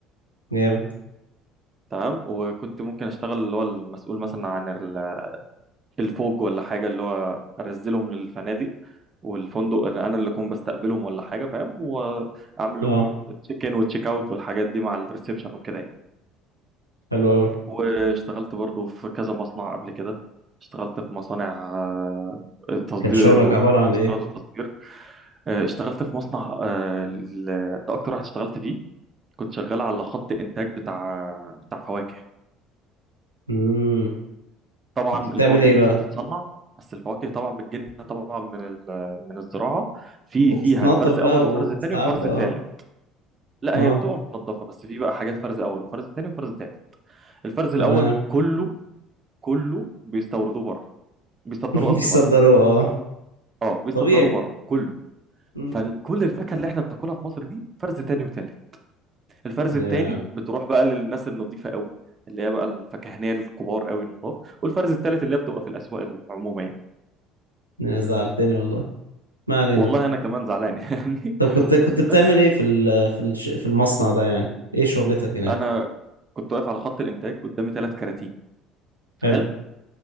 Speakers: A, on the right; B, on the right.
A: جامد
B: تمام وكنت ممكن اشتغل اللي هو المسؤول مثلا عن ال- الفوج ولا حاجه اللي هو انزلهم للفنادق والفندق اللي انا اللي اكون بستقبلهم ولا حاجه فاهم واعمل
A: اه
B: لهم تشيك ان وتشيك اوت والحاجات دي مع الريسبشن وكده يعني
A: حلو قوي
B: واشتغلت برضو في كذا مصنع قبل كده اشتغلت في مصانع آه، تصدير
A: كان شغلك
B: واستيراد
A: عباره عن ايه
B: وتصدير آه، اشتغلت في مصنع آه، ال- ده اكتر واحد اشتغلت فيه كنت شغال على خط انتاج بتاع بتاع فواكه
A: امم
B: طبعا
A: كنت
B: الفواكه
A: بتعمل ايه
B: مش
A: بقى
B: بتتصنع بس الفواكه طبعا بتجن طبعا من ال- من الزراعه في
A: وبتتنضف
B: فيها الفرز
A: بقى
B: اول وفرز
A: وبتتعب
B: تاني وفرز
A: اه
B: تالت لا
A: اه
B: هي بتبقى متنضفه بس في بقى حاجات فرز اول وفرز تاني وفرز تالت الفرز الاول
A: تمام
B: كله كله بيستوردوه بره بيصدروه
A: <laughs>
B: قصدي
A: بيصدروا
B: بره
A: اه
B: اه بيصدروه
A: طبيعي
B: بره كله
A: مم.
B: فكل الفاكهه اللي احنا بناكلها في مصر دي فرز تاني وتالت الفرز
A: يا
B: التاني بتروح بقى للناس النظيفه قوي اللي هي بقى الفكهنيه الكبار قوي النضاف والفرز التالت اللي هي بتبقى في الاسواق العموميه
A: يا زعلتني والله ما علينا
B: والله انا كمان زعلان <laughs> يعني
A: طب كنت كنت بتعمل
B: بس
A: ايه في ال... في الش... في المصنع ده يعني ايه شغلتك هناك
B: انا كنت واقف على خط الانتاج قدامي ثلاث كراتين
A: حلو
B: حلو